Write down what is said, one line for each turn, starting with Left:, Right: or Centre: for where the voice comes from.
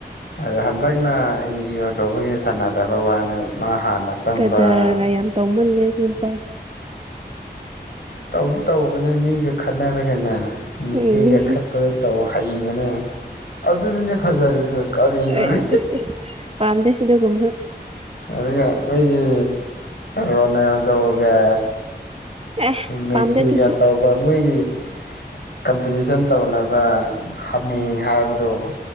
Left: ꯑꯗ ꯍꯟꯗꯛꯅ ꯑꯦꯟꯖꯤ ꯑꯣ ꯇꯧꯕꯒꯤ ꯁꯥꯟꯅꯗꯕ ꯋꯥꯅꯤ ꯃꯥ ꯍꯥꯟꯅ ꯆꯪꯕ
Right: ꯀꯗ꯭ꯔꯒ ꯌꯥꯝ ꯇꯧꯃꯜꯂꯦ ꯑꯗꯨ ꯅꯨꯄꯥ
Left: ꯇꯧꯗꯤ ꯇꯧꯕꯅꯦ ꯃꯤꯒ ꯈꯠꯅꯔꯒꯅꯦ ꯃꯤꯆꯤꯒ
Right: ꯎꯝ
Left: ꯈꯠꯄꯗ ꯇꯧ ꯍꯩꯕꯅꯦ ꯑꯗꯨꯗꯅꯦ ꯐꯖꯔꯤꯁꯦ ꯀꯔꯤꯅꯣꯅꯦ
Right: ꯑꯦ ꯏꯁ ꯏꯁ ꯏꯁ ꯄꯥꯝꯗꯦ ꯑꯗꯨꯒꯨꯝꯕ
Left: ꯑꯗꯨꯒ ꯃꯣꯏꯒꯤ ꯔꯣꯅꯥꯜꯗꯣꯒ
Right: ꯑꯦ
Left: ꯃꯦꯁꯤꯒ
Right: ꯄꯥꯝꯗꯦ ꯑꯗꯨꯁꯨ
Left: ꯇꯧꯕ ꯃꯣꯏꯒꯤ ꯀꯝꯄꯤꯇꯤꯁꯟ ꯇꯧꯅꯕ ꯍꯥꯃꯦꯡ ꯍꯥꯏꯕꯗꯣ